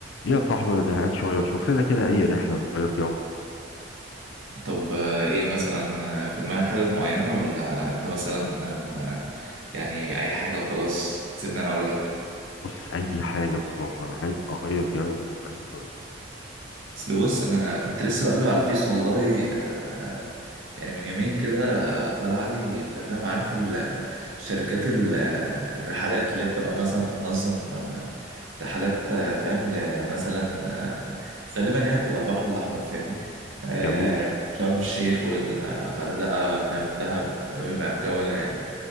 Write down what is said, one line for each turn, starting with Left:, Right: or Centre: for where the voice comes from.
Left: يا صاحبي انا زهقان شويه شوف لنا كده اي رحله نغير جو
Right: طب آه، ايه مثلا آه، في دماغك حتت معينة ولا انت مثلا آه، يعني اي حاجة وخلاص سيبني انا اقول لك
Left: بص اي حاجه بصراحه انا عايز اغير جو باي طريقه
Right: اصل بص انا كنت لسه بقلب على الفيس والله آه، يعني من يومين كده آه، طلع لي انت فاهم عارف ال- شركات ال- الرحلات اللي بتبقى مثلا بتنظم آه، رحلات آه، فاهم ل- مثلا آه، غالبا يعني بتبقى البحر الاحمر فاهمني آه،
Left: جميل
Right: شرم الشيخ والغردقة فاهم دهب بيبقى الجو ده يعني